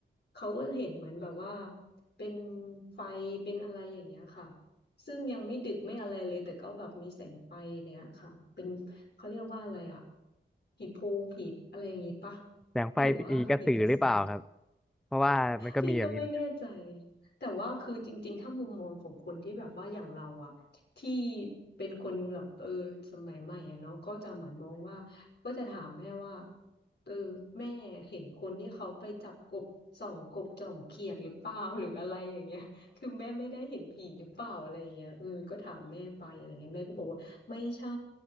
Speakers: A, on the left; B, in the centre.
A: เขาก็เห็นเหมือนแบบว่าเป็นไฟเป็นอะไรอย่างเงี้ยค่ะ ซึ่งยังไม่ดึกไม่อะไรเลยแต่ก็แบบมีแสงไฟเนี้ยค่ะเป็นเขาเรียกว่าอะไรอะผีโพงผีอะไรอย่างงี้ปะ
B: แสงไฟผีกระสือหรือเปล่าครับ
A: หรือว่าผีกระสือ
B: เพราะว่ามันก็มีแบบนี้
A: พี่ก็ไม่แน่ใจ แต่ว่าคือจริงๆถ้ามุมมองของคนที่แบบว่าอย่างเราอะที่เป็นคนแบบเออสมัยใหม่อะเนาะก็จะเหมือนมองว่าก็จะถามแม่ว่าเออแม่เห็นคนที่เขาไปจับกบส่องกบจ่องเขียดหรือเปล่าหรืออะไรอย่างเงี้ยคือแม่ไม่ได้เห็นผีหรือเปล่าอะไรอย่างเงี้ยเออก็ถามแม่ไปอะไรเงี้ยแม่ก็บอกว่าไม่ใช่